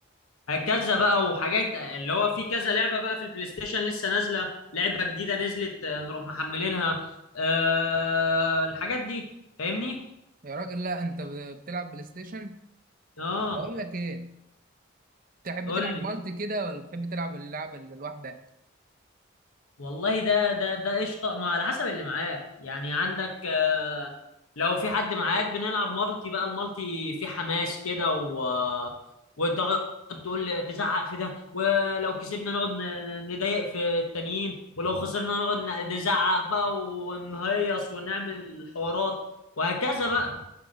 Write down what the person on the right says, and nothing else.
يا راجل لا انت ب- بتلعب بلاي ستيشن
بقول لك ايه تحب
تلعب
مالتي كده ولا بتحب تلعب اللعبه اللي لوحدك